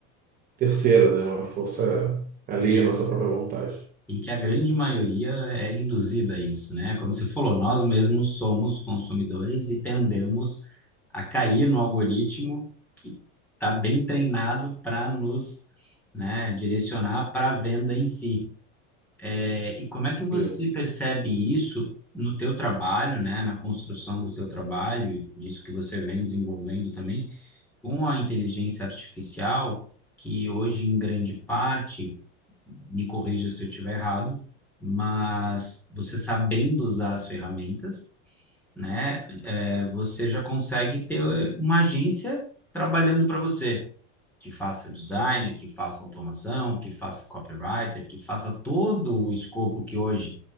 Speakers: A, on the right; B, in the centre.
A: terceira, né, uma força alheia
B: E aí?
A: à nossa própria vontade.
B: e que a grande maioria é induzida a isso, né? Como você falou, nós mesmos somos consumidores e tendemos a cair no algoritmo que está bem treinado para nos, né, direcionar para a venda em si. É, e como é que você
A: Isso.
B: percebe isso no teu trabalho, né, na construção do teu trabalho, disso que você vem desenvolvendo também, com a inteligência artificial, que hoje em grande parte me corrija se eu estiver errado, mas você sabendo usar as ferramentas, né, é, você já consegue ter uma agência trabalhando para você, que faça design, que faça automação, que faça copywriter, que faça todo o escopo que hoje,